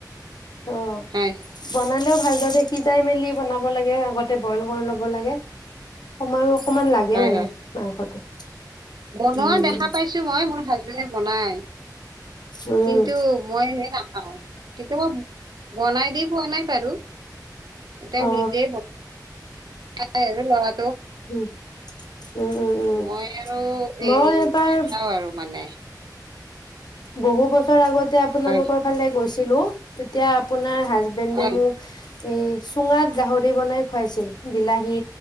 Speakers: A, on the left; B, on the right.
A: অ
B: হয়
A: বন খেও ভালদৰে সিজাই মেলি বনাব লাগে আগতে বইল কৰি ল'ব লাগে সময়ো অকমান লাগে
B: হয়
A: মানে
B: হয়
A: মাংসটো
B: বনোৱা
A: উম
B: দেখা পাইছো মই মোৰ হাজ বনাই
A: উম
B: কিন্তু মই হে নাপাওঁ কিন্তু মই, বনাই দি পোৱা নাই বাৰু এটোও
A: অ
B: নিজে ত আৰু ল'ৰাটো
A: উম! উম উম উম
B: মই আৰু
A: মই
B: এই
A: এবাৰ
B: নখাও আৰু মানে,
A: বহু বছৰ আগত আপোনালোকৰ
B: হয়
A: ফালে গৈছে, ছিলো তেতিয়া আপোনাৰ, হাজবেণ্ডে
B: হয়
A: মোক এই চুঙাত গাহৰি বনাই খুৱাইছিল বিলাহী